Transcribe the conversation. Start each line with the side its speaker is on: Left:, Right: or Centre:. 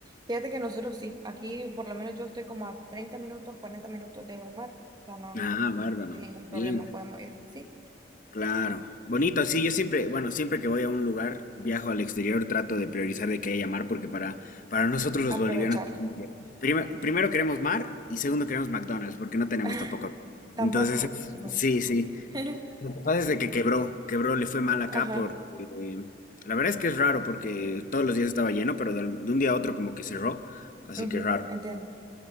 Right: Fíjate que nosotros sí, aquí por lo menos yo estoy como a 30 minutos, 40 minutos de un mar, o sea, no, no,
Left: Ah, bárbaro.
Right: sin ningún problema
Left: Bien,
Right: podemos ir, sí,
Left: claro. Bonito, sí, yo siempre, bueno, siempre que voy a un lugar, viajo al exterior, trato de priorizar de que haya mar, porque para, para nosotros los
Right: aprovechar.
Left: bolivianos, primero primero queremos mar y segundo queremos McDonald's, porque no tenemos
Right: <laughs>
Left: tampoco.
Right: Tampoco,
Left: Entonces, es-
Right: híjole.
Left: sí, sí.
Right: <laughs>
Left: Lo que pasa es de que quebró, quebró, le fue mal acá
Right: Ajá,
Left: porque eh, la verdad es que es raro porque todos los días estaba lleno, pero de, al- de un día a otro como que cerró, así
Right: ujú,
Left: que es raro.
Right: entiendo.